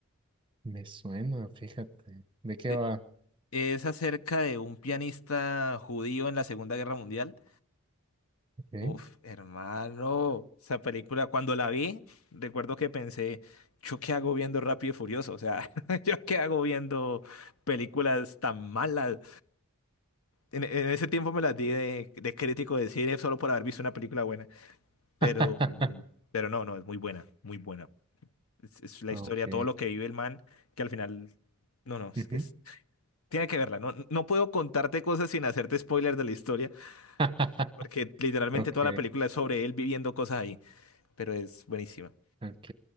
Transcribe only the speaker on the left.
E-
Es acerca de un pianista judío en la Segunda Guerra Mundial.
Uf, hermano, esa película, cuando la vi, recuerdo que pensé, ¿yo qué hago viendo Rápido y Furioso? O sea, <laughs> ¿yo qué hago viendo películas tan malas? En, en ese tiempo me las di de, de crítico de cine solo por haber visto una película buena. Pero,
pero no, no, es muy buena, muy buena. Es, es la
historia, todo lo que vive el man, que al final. No, no, es
que es- tiene que verla. No, no puedo contarte cosas sin hacerte spoilers de la historia,
porque literalmente
toda la película es sobre él viviendo cosas ahí. Pero es buenísima.